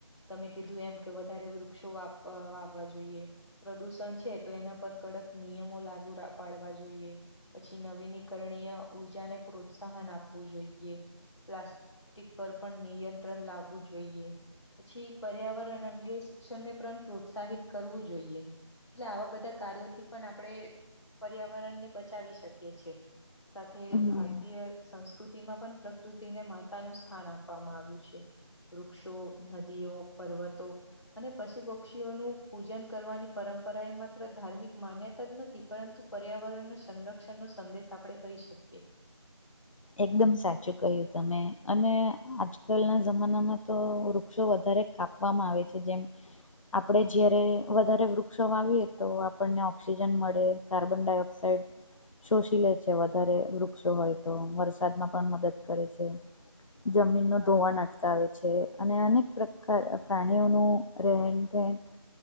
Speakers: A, on the left (about 70°); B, on the left (about 90°).
A: તમે કીધું એમ કે વધારે વૃક્ષો વા અ વા જોઈ પ્રદુષણ છે તો એના પર કડક નિયમો લાગુ પાડવા જોઈએ પછી નવીનીકરણીય ઉર્જાને પ્રોત્સાહન આપવું જોઈએ પ્લા સ્ટિક પર પણ નિયંત્રણ લાવવું જોઈએ પછી પર્યાવરણ અંગે શિક્ષણને પણ પ્રોત્સાહિત કરવું જોઈએ એટલે આવા બધા કાર્યોથી પણ આપણેે પર્યાવરણને બચાવી શકીએ છીએ સાથે
B: હમ
A: ભા તીય સંસ્કૃતિમાં પણ પ્રકૃતિને માતા નું સ્થાન આપવામાં આવ્યું છે વૃક્ષો નદીઓ પર્વતો અને પશુ પક્ષીઓ નું પૂજન કરવાની પરંપરા એ માત્ર ધાર્મિક માન્યતા જ નથી પરંતુ પર્યાવરણ નું સંરક્ષણ નો સંદેશ આપળે કહી શકીએ
B: એકદમ સાચું કહ્યું તમે અને આજકાલના જમાનામાં તો વૃક્ષો વધારે કાપ કામ આવે છે જેમ આપણે જયારે વધારે વૃક્ષો વાવીએ તો આપણને ઓક્સિજન મળે કાર્બન ડાયોક્સાઇડ શોષી લે છે વધારે વૃક્ષો હોય તો વરસાદમાં પણ મદદ કરે છે જમીન નું
A: હા,
B: ધોવાણ અટ ટકાવે છે અને અનેક પ્રકાર પ્રાણીઓનું રહેેન રહેન